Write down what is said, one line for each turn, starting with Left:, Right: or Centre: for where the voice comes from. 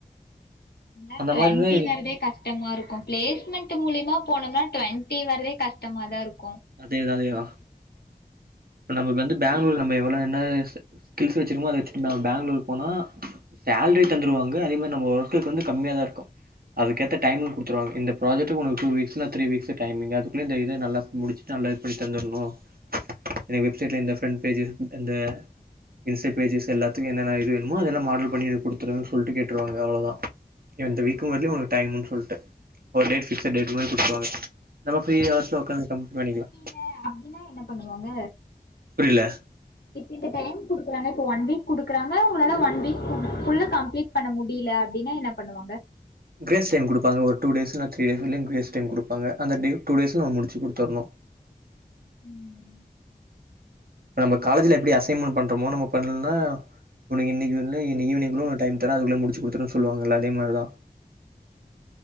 Left: எல்லா
Right: அந்த
Left: ட்வெண்ட்டி
Right: மாரிதான் எனக்கு
Left: வர்தே கஷ்டமா இருக்கு பிளேஸ்மெண்ட் மூலியமா போனோம்னா ட்வெண்ட்டி வரதே கஷ்டமா தா இருக்கு
Right: அதே தா அதே தா இப்ப நம்ம வந்து பேங்களூர் நம்ம எவ்வள என்ன ஸ்கில்ஸ் வச்சிருக்கமோ அத வச்சுட்டு பே பேங்களூர் போனா லேரி தந்துருவாங்க அதே மாரி நம்ம ஒர்க்கு வந்து கம்மியா தா இருக்கு அதுக்கேத்த டைமிங் குடுத்துருவாங்க இந்த ப்ராஜடுக்கு உனக்கு டூ வீக்ஸ்ன்னா த்ரீ வீக்ஸ் டைமிங் அதுக்குள்ள இந்த இத நல்ல முடிச்சு நல்ல இது பண்ணி தந்துரணும் எனக்கு வெப்சைட்ல இந்த பிரண்ட் பேஜ் இந்த இன்சைட் பேஜசஸ் எல்லத்துக்கு என்னென்ன இது வேன்ணுமோ அதெல்லாம் மாடல் பண்ணி குடுத்துருன்னு சொல்லி கேட்டுருவாங்க அவ்ளவுதா எந்த வீக்கும் வரலயு உனக்கு டைமுன்னு சொல்ட்டு ஒரு டேட் பிக்சட் டேட் மாரி குடுத்துருவாங்க நம்ம ஃப்ரீ ஹவர்ஸ்ல உகாந்து கம்ப்ளீட் பண்ணிக்கலா
Left: முடில்ல அப்டின்னா என்ன பண்ணுவாங்க
Right: புரில
Left: இப்ப இந்த டைம் குடுக்குறாங்க இப்ப ஒன் வீக் குடுக்குறாங்க உங்களால ஒன் வீக் குள்ள கம்ப்ளீட் பண்ண முடியல அப்டின்னா என்னாப் பண்ணுவாங்க
Right: கிரேஸ் டைம் குடுப்பாங்க ஒரு டூ டேஸ் இல்ன்னா த்ரீ டேஸ்லையு கிரேஸ் டைம் குடுப்பாங்க அந்த டியூ டூ டேஸ்ல முடிச்சு குடுத்துரணு <inaudible>
Left: ம்
Right: இப்ப நம்ம காலேஜ்ல எப்டி அசைன்மெண்ட் பண்றோமோ நம்ம பண்ணல்லனா உனக்கு இன்னிக்குள்ள இன்னி ஈவின்குள்ள உனக்கு டைம் தர அதுகுள்ள முடிச்சி குடுத்தரனுன்னு சொல்லுவாங்கல்ல அதே மாரதா <inaudible>